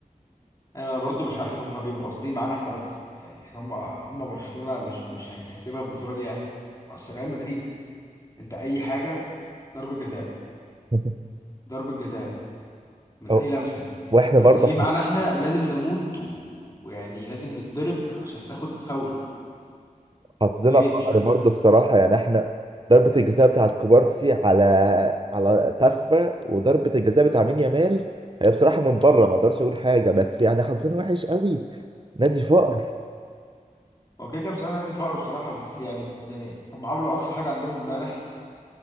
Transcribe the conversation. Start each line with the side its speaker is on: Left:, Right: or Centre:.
Left: انا انا برضو مش عارف هم بيبقوا قاصدين معانا احنا بس يعني احنا هم هم برشلونه مش مش هنكسبها البطوله دي يعني اصل ريال مدريد انت اي حاجه ضربه جزاء
Right: <laughs>
Left: ضربه جزاء من
Right: أو-
Left: اي لمسه
Right: واحنا
Left: فانت
Right: برضه
Left: ليه معانا احنا لازم نموت و- ويعني لازم نتضرب عشان ناخد فاول
Right: حظنا
Left: ليه
Right: فقر
Left: مش فاهم
Right: برضه بصراحة يعني احنا ضربة الجزاء بتاعت كوبارسي على على تفة وضربة الجزاء بتاع مين يامال هي بصراحة من بره ما اقدرش اقول حاجة بس يعني حظنا وحش قوي نادي فقر
Left: هو كده كده بصراحه نادي فقر بصراحه بس يعني يعني هم عملوا اقصى حاجه عندهم امبارح